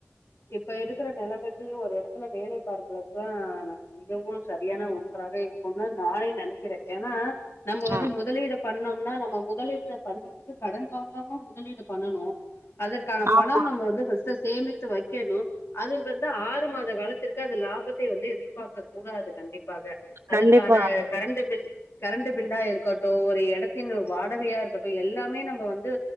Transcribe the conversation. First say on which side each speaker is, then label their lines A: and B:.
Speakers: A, on the left; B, on the right.
A: இப்ப இருக்கிற நெலமைக்கு ஒரு இடத்துல வேலை பாக்குறதுதா மிகவும் சரியான ஒன்றாக இருக்கும்னு நானே நெனைக்கிறே ஏனா நம்ம வந்து
B: ஆ
A: முதலீடு பண் பண்ணோம்னா நம்ம முதலீடு பண்றதுக்கு கடன் வாங்காம முதலீடு பண்ணனு அதற்கான
B: ஆமா
A: பணம் நம்ம வந்து ஃபர்ஸ்டு சேமித்து வெக்கணு அதில் வந்து ஆறு மாச இந்த காலத்திற்கு அது லாபத்த வந்து எதிர்பார்க்கக் கூடாது கண்டிப்பாக அதற்கான
B: கண்டிப்பா
A: கரண்ட் பில் கரண்ட் பில்லா இருக்கட்டு ஒரு எடத்தின் வாடகையா இருக்கட்டு எல்லாமே நம்ம வந்து